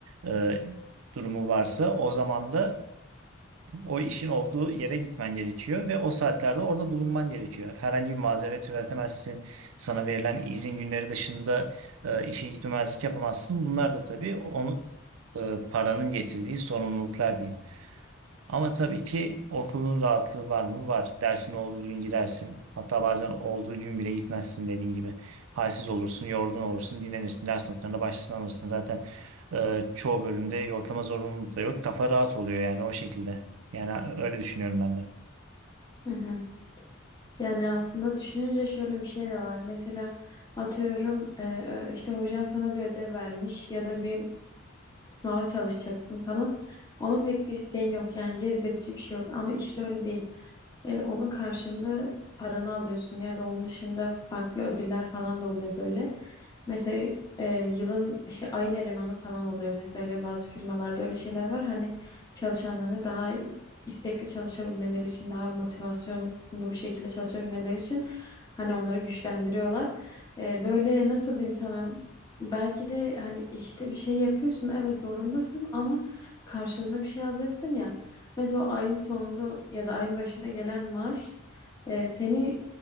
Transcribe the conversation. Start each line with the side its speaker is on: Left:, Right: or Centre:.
Right: e, durumu varsa o zaman da o işin olduğu yere gitmen gerekiyor ve o saatlerde orada bulunman gerekiyor. Herhangi bir mazeret üretemezsin. Sana verilen izin günleri dışında e, işe gitmemezlik yapamazsın. Bunlar da tabii onu e, paranın getirdiği sorumluluklar diyeyim. Ama tabii ki okulun rahatlığı var mı? Var. Dersin olduğu gün girersin. Hatta bazen olduğu gün bile gitmezsin dediğin gibi. Halsiz olursun, yorgun olursun, dinlenirsin. Ders notlarına başlasın alırsın. Zaten e, çoğu bölümde yoklama zorunluluğu da yok. Kafa rahat oluyor yani o şekilde. Yani öyle düşünüyorum ben de.
Left: Hı hı. Yani aslında düşününce şöyle bir şey de var. Mesela atıyorum e, e, işte hocan sana bir ödev vermiş ya da bir sınava çalışacaksın falan. Ona pek bir isteğin yok yani cezbedici bir şey yok ama işte öyle değil. E, onun karşılığında paranı alıyorsun ya da onun dışında farklı ödüller falan da oluyor böyle. Mesela e, yılın işte ayın elemanı falan oluyor. Mesela öyle bazı firmalarda öyle şeyler var. Hani çalışanlarını daha istekli çalışabilmeleri için, daha motivasyonlu bir şekilde çalışabilmeleri için hani onları güçlendiriyorlar. E, böyle nasıl diyeyim sana belki de hani işte bir şey yapıyorsun evet zorundasın ama karşılığında bir şey alacaksın ya. Mesela o ayın sonunda ya da ayın başına gelen maaş e, seni